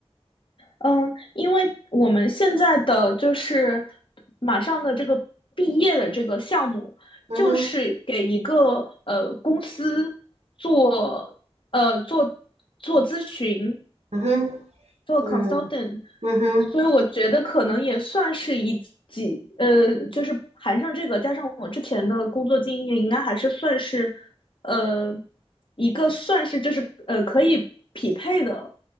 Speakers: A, on the left; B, on the right.
A: 嗯，因为我们现在的就是马上的这个毕业的这个项目，
B: 嗯哼，
A: 就是给一个呃公司做呃做做咨询，
B: 嗯哼，
A: 做
B: 嗯，
A: consultant，
B: 嗯哼，
A: 所以我觉得可能也算是一几呃，就是含上这个，加上我之前的工作经验，应该还是算是呃一个算是就是呃可以匹配的